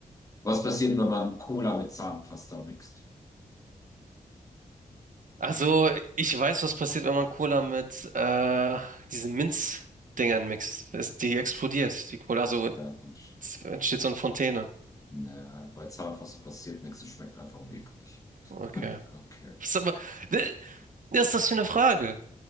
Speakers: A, on the left; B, on the right.
A: Was passiert, wenn man Cola mit Zahnpasta mixt?
B: Also, ich weiß, was passiert, wenn man Cola mit äh, diesen Minzdingern mixt. Es, die explodiert, die Cola. Also
A: Ja, dann, sch-
B: es entsteht so eine Fontäne.
A: ne, bei Zahnpasta passiert nichts, es schmeckt einfach nur eklig.
B: Okay.
A: <laughs> Okay.
B: Das ist aber, ne, Was ist das für eine Frage?